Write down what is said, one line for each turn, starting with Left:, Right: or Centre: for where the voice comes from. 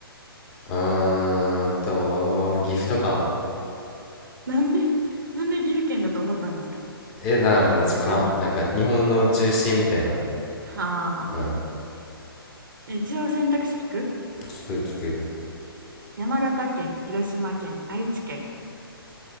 Left: ーんと岐阜とか
Right: なんで、なんで岐阜県だと思ったんですか
Left: えなマジかなんか日本の中心みたいな
Right: 逆に。はあ。
Left: うん
Right: 一応選択肢聞く
Left: 聞く聞く
Right: 山形県、広島県、愛知県。